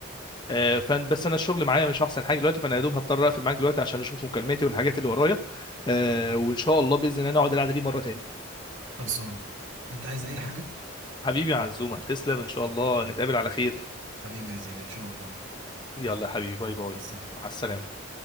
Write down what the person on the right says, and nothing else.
خلصان انت عايز اي حاجة
حبيبي يا زين ان شاء الله
مع السلامة